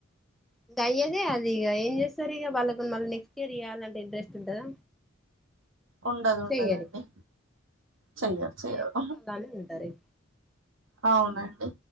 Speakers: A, in the centre; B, on the right (about 75°).
A: ఇంకా అయ్యదే అది ఇక ఏం చేస్తారు ఇక వాళ్ళకు మళ్ళీ చెర్యల అంటే ఇంట్రెస్ట్ ఉంటదా
B: ఉండదు ఉండదండి
A: చెయ్యరు
B: చెయ్యరు
A: చెయకుండా
B: చెయ్యరు
A: అలానే ఉంటారు
B: అవునండి